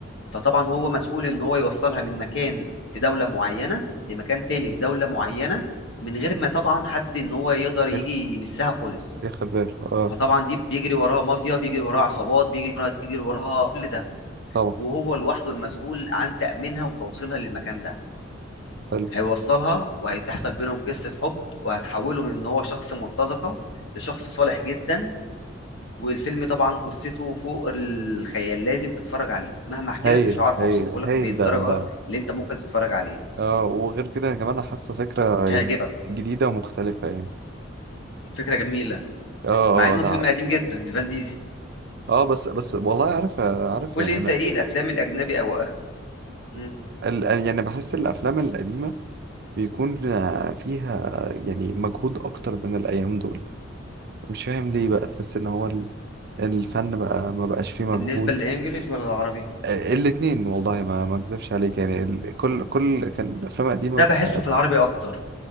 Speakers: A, on the left; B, on the right.
A: فطبعا هو مسؤول ان هو يوصلها من مكان في دوله معينه لمكان تاني في دوله معينه من غير ما طبعا حد ان هو يقدر يجي
B: ياخد
A: يمسها خالص
B: ياخد باله اه
A: فطبعا دي بيجري وراها مافيا بيجري وراها عصابات بيجري وراها بيجري وراها كل ده
B: طبعا
A: وهو لوحده المسؤول عن تأمينها وتوصيلها للمكان ده
B: حلو.
A: هيوصلها وهتحصل بينهم قصة حب وهتحوله من ان هو شخص مرتزقة لشخص صالح جدا والفيلم طبعا قصته فوق الخيال لازم تتفرج عليه مهما احكي
B: هايل
A: لك مش هعرف
B: هايل
A: اوصفه
B: هايل
A: لك بالدرجة
B: ده ده
A: اللي انت ممكن تتفرج عليه
B: اه وغير كده أنا كمان حاسه فكرة
A: هيعجبك
B: يعني جديدة ومختلفة يعني
A: فكرة جميلة
B: اه اه
A: مع انه
B: آه، ده
A: فيلم قديم جدا لفان ديزل
B: اه بس بس والله عارف عارف
A: قول
B: يعني
A: لي انت
B: انا
A: ايه الافلام الاجنبي او أخ... مم.
B: ال- يعني بحس الافلام القديمة بيكون فيها يعني مجهود اكتر من الايام دول مش فاهم ليه بقى تحس ان هو ال- الفن بقى ما بقاش فيه مجهود
A: بالنسبة للانجليش ولا العربي
B: آه، الاتنين والله ما ما اكذبش عليك يعني ال- كل كل كان الافلام القديمة
A: ده
B: بتاعت-
A: بحسه في العربي اكتر